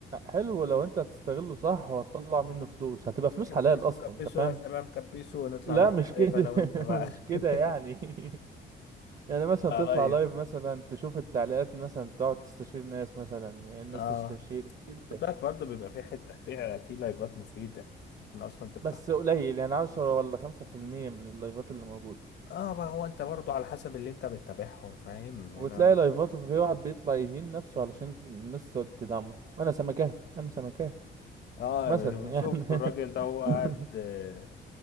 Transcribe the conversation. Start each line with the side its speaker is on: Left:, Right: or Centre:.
Right: حلو لو انت هتستغله صح وهتطلع منه فلوس هتبقى فلوس
Left: كبسوا
Right: حلال اصلا
Left: كبسوا
Right: انت فاهم
Left: يا شباب كبسوا ونطلع
Right: لا
Left: نعمل
Right: مش
Left: دايت
Right: كده
Left: انا وانت
Right: <laughs>
Left: بقى
Right: مش كده
Left: <laughs>
Right: يعني <laughs> يعني مثلا
Left: لايف
Right: تطلع لايف مثلا تشوف التعليقات مثلا تقعد تستشير ناس مثلا يعني الناس
Left: اه
Right: تستشير كده
Left: خد بالك برضه بيبقى في حته في في لايفات مفيده ممكن اصلا تفتح
Right: بس
Left: لايف
Right: قليل يعني عشرة ولا خمسة في المية من اللايفات اللي موجودة
Left: اه ما هو انت برضه على حسب اللي انت بتتابعهم فاهم
Right: وتلاقي
Left: يعني هو-
Right: لايفات وفي واحد بيطلع يهين نفسه علشان الناس تقعد تدعمه انا سمكاه انا سمكاه
Left: اه
Right: مثلا يعني
Left: شفت الراجل ده هو قاعد
Right: <laughs>
Left: آه،